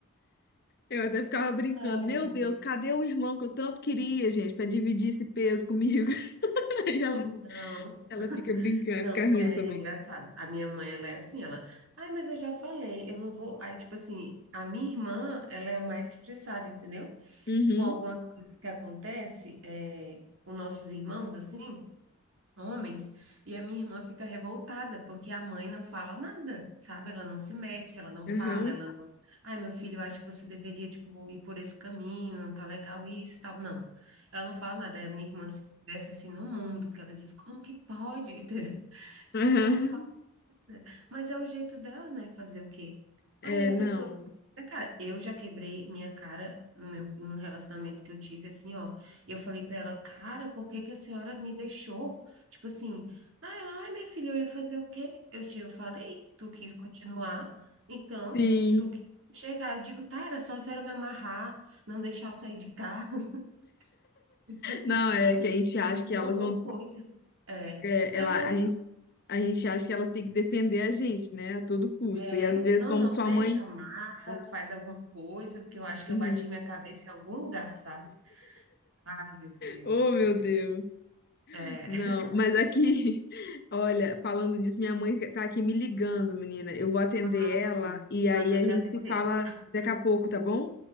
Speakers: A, on the left; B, on the right.
A: Eu até ficava brincando:
B: Ai,
A: Meu
B: meu
A: Deus,
B: Deus.
A: cadê o irmão que eu tanto queria, gente, pra dividir esse peso comigo? <laughs> Aí ela,
B: Então,
A: ela fica brincando,
B: não,
A: fica rindo
B: é
A: também.
B: engraçado. A minha mãe, ela é assim, ela, ai, mas eu já falei, eu não vou. Aí, tipo assim, a minha irmã, ela é a mais estressada, entendeu?
A: Uhum,
B: com algumas coisas que acontecem é, com nossos irmãos, assim, homens, e a minha irmã fica revoltada, porque a mãe não fala nada, sabe? Ela não se mete, ela não fala,
A: aham,
B: ela não. Ai, meu filho, eu acho que você deveria, tipo, ir por esse caminho, não tá legal isso e tal. Não, ela não fala nada. Aí a minha irmã se expressa assim no mundo, que ela diz, como que pode? <laughs> Tipo,
A: aham.
B: ela não fala. Mas é o jeito dela, né? Fazer o quê?
A: É,
B: Aí a
A: não.
B: pessoa. Cara, eu já quebrei minha cara no meu, num relacionamento que eu tive, assim, ó. E eu falei pra ela, cara, por que que a senhora me deixou? Tipo assim, ah, ela, ai, minha filha, eu ia fazer o quê? Eu, te, eu falei, tu quis continuar, então
A: Sim.
B: tu quis chegar. Eu digo, tá, era só a senhora me amarrar, não deixar eu sair de casa, <laughs> tipo assim,
A: Não,
B: sabe?
A: é que a gente acha
B: Fazer
A: que elas
B: alguma
A: vão.
B: coisa. É.
A: é,
B: Ela,
A: ela,
B: eu
A: a gente, a gente acha que elas têm que defender a gente, né, a todo custo.
B: É,
A: E às vezes,
B: não,
A: como
B: não,
A: sua
B: deixa,
A: mãe
B: amarra,
A: Nossa.
B: faz alguma coisa, porque eu acho que
A: Uhum.
B: eu bati minha cabeça em algum lugar, sabe? Ai, meu Deus,
A: Oh,
B: cara.
A: meu Deus.
B: É.
A: Não, mas aqui, <laughs> olha, falando nisso, minha mãe tá aqui me ligando, menina. Eu vou atender
B: Ah,
A: ela
B: sim.
A: e aí
B: Ah, tem
A: a
B: que
A: gente
B: atender.
A: se fala daqui a pouco, tá bom?